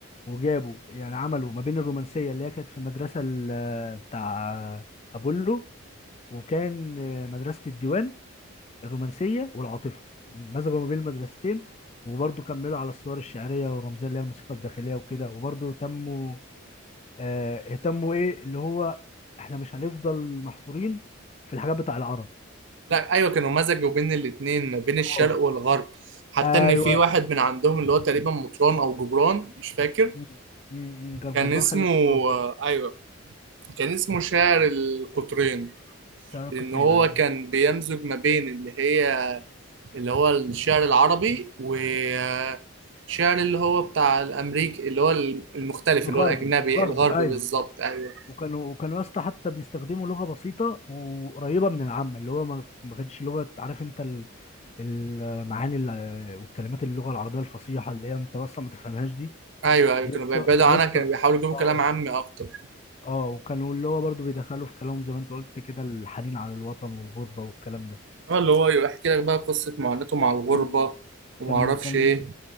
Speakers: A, on the left (about 30°); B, on the right (about 55°).
A: وجابوا يعني عملوا ما بين الرومانسيه اللي هي كانت في المدرسه ال- بتاع ابولو وكان آه، مدرسه الديوان الرومانسيه والعاطفه مزجوا ما بين المدرستين وبرضه كملوا على الصور الشعريه والرمزيه اللي هي الموسيقى الداخليه وكده وبرضه تموا آه، اهتموا ايه اللي هو احنا مش هنفضل محصورين في الحاجات بتاع العرب
B: لا ايوه كانوا مزجوا بين الاتنين بين
A: اه
B: الشرق والغرب حتى
A: ايوه
B: ان في واحد من عندهم اللي هو تقريبا مطران او جبران مش فاكر
A: مم. مم. كان
B: كان
A: جبران
B: اسمه
A: خليل جبران
B: ايوه كان اسمه شاعر القطرين
A: بتاع القطرين
B: لان هو
A: ايوه
B: كان بيمزج ما بين اللي هي اللي هو الشعر العربي وشعر اللي هو بتاع الأمريكي اللي هو المختلف
A: الغربي
B: اللي هو الأجنبي
A: الغربي
B: الغربي
A: ايوه
B: بالظبط أيوه
A: وكانوا وكانوا يا اسطى حتى بيستخدموا لغه بسيطه وقريبه من العامه اللي هو ما ما كانتش لغه عارف انت ال- المعاني ال- والكلمات اللغه العربيه الفصيحه اللي هي انت اصلا ما تفهمهاش دي
B: أيوه أيوه
A: دي
B: كانوا
A: يا اسطى
B: بيبعدوا
A: دي
B: عنك
A: يا اسطى
B: كانوا بيحاولوا يجيبوا
A: اه
B: كلام عامي أكتر
A: اه وكانوا اللي هو برضو بيدخلوا في كلامهم زي ما انت قلت كده الحنين على الوطن والغربة والكلام ده
B: هو اللي هو يحكي لك بقى قصة معاناته مع الغربة
A: مم.
B: وما
A: كان
B: أعرفش
A: كان
B: إيه